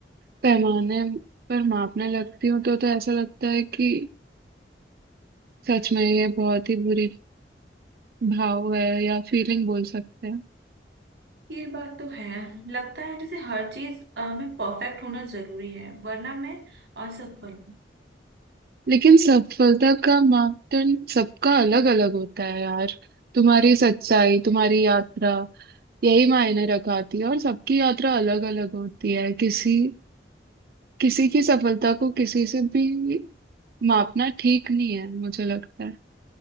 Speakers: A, on the right; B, on the right.
A: पैमाने पर मापने लगती हूँ तो तो ऐसा लगता है कि सच में ये बहुत ही बुरी भाव है या फीलिंग बोल सकते हैं
B: ये बात तो है लगता है जैसे हर चीज अ, में परफेक्ट होना जरूरी है वरना मैं असफल हूँ
A: लेकिन सफलता का मापदंड सबका अलग अलग होता है यार तुम्हारी सच्चाई तुम्हारी यात्रा यही मायने रखाती है और सबकी यात्रा अलग अलग होती है किसी किसी की सफलता को किसी से भी मापना ठीक नहीं है मुझे लगता है